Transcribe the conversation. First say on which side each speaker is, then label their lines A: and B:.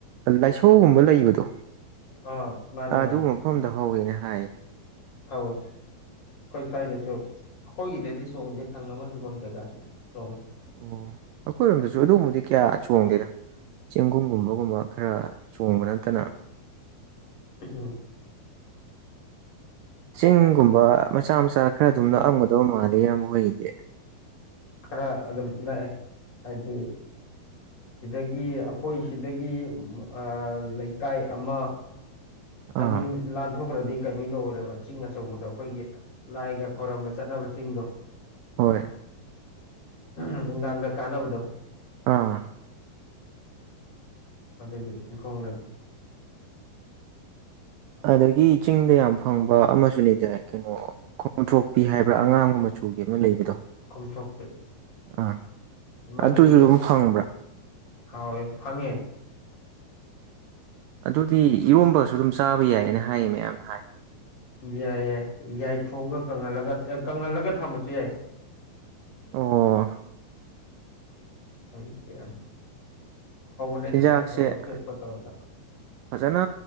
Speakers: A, on the right (about 80°); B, on the left (about 35°).
A: ꯂꯥꯏꯁꯧꯒꯨꯝꯕ ꯂꯩꯕꯗꯣ
B: ꯑꯥ ꯃꯥꯅꯦ
A: ꯑꯗꯨꯒꯨꯝꯕ
B: ꯃꯥꯅꯦ
A: ꯃꯐꯝꯗ ꯍꯧꯋꯦꯅ ꯍꯥꯏ
B: ꯍꯧꯋꯦ ꯑꯩꯈꯣꯏ ꯁ꯭ꯋꯥꯏꯗꯁꯨ ꯑꯩꯈꯣꯏꯒꯤꯗꯗꯤ ꯆꯣꯡꯗꯦ ꯊꯪꯅꯕ ꯍꯤꯡꯈꯣꯜ ꯀꯩꯀꯥꯁꯨ ꯆꯣꯡꯏꯤ
A: ꯑꯣ ꯑꯩꯈꯣꯏꯔꯣꯝꯗꯁꯨ ꯑꯗꯨꯒꯕꯗꯤ ꯀꯌꯥ ꯆꯣꯡꯗꯦꯗ ꯆꯦꯡꯒꯨꯝꯒꯨꯝꯕꯒꯨꯝꯕ ꯈꯔ ꯆꯣꯡꯕ ꯅꯠꯇꯅ
B: ꯎꯝ
A: ꯆꯤꯡꯒꯨꯝꯕ ꯃꯆꯥ ꯃꯆꯥ ꯈꯔ ꯑꯗꯨꯝ ꯅꯛꯑꯝꯒꯗꯕ ꯃꯥꯜꯂꯤꯦ ꯏꯌꯥꯝꯕ ꯍꯣꯏꯒꯤꯗꯤ
B: ꯈꯔ ꯑꯗꯨꯝ ꯅꯛꯑꯦ ꯍꯥꯏꯗꯤ ꯁꯤꯗꯒꯤ ꯑꯩꯈꯣꯏ ꯁꯤꯗꯒꯤ ꯑ ꯂꯩꯀꯥꯏ ꯑꯃ
A: ꯑꯥ
B: ꯑꯅꯤ ꯂꯥꯟꯊꯣꯛꯈ꯭ꯔꯗꯤ ꯀꯩꯅꯣ ꯌꯧꯔꯦꯕ ꯆꯤꯡ ꯑꯆꯧꯕꯗ ꯑꯩꯈꯣꯏꯒꯤ ꯂꯥꯏꯒ ꯈꯣꯏꯔꯝꯕ ꯆꯠꯅꯕ ꯆꯤꯡꯗꯣ
A: ꯍꯣꯏ
B: ꯎꯝ ꯅꯨꯡꯗꯥꯡꯗ ꯀꯥꯟꯅꯕꯗꯣ
A: ꯑꯝ
B: ꯑꯗꯨꯒꯤ ꯁꯤꯈꯣꯡꯅꯪ
A: ꯑꯗꯒꯤ ꯆꯤꯡꯗ ꯌꯥꯝ ꯐꯪꯕ ꯑꯃꯁꯨ ꯂꯩꯇꯦ ꯀꯩꯅꯣ ꯈꯣꯡꯊ꯭ꯔꯣꯛꯄꯤ ꯍꯥꯏꯕ꯭ꯔꯥ ꯑꯉꯥꯡꯒꯨꯝꯕ ꯃꯆꯨꯒꯤ ꯑꯃ ꯂꯩꯕꯗꯣ
B: ꯈꯣꯝꯊꯣꯛꯄꯤ
A: ꯑꯥ
B: ꯃꯗꯨꯁꯨ
A: ꯑꯗꯨꯁꯨ ꯑꯗꯨꯝ ꯐꯪꯕ꯭ꯔꯥ
B: ꯍꯥꯎꯋꯦ ꯐꯪꯉꯦ
A: ꯑꯗꯨꯗꯤ ꯏꯔꯣꯝꯕꯁꯨ ꯑꯗꯨꯝ ꯆꯥꯕ ꯌꯥꯏꯌꯦꯑꯅ ꯍꯥꯏꯌꯦ ꯃꯌꯥꯝꯅ ꯍꯥꯏ
B: ꯌꯥꯏ ꯌꯥꯏ ꯌꯥꯏꯊꯣꯛꯑꯒ ꯀꯪꯍꯜꯂꯒ ꯀꯪꯍꯜꯂꯒ ꯊꯝꯃꯁꯨ ꯌꯥꯏ
A: ꯑꯣ
B: <unintelligible> <unintelligible>
A: ꯆꯤꯟꯖꯥꯛꯁꯦ ꯐꯖꯅ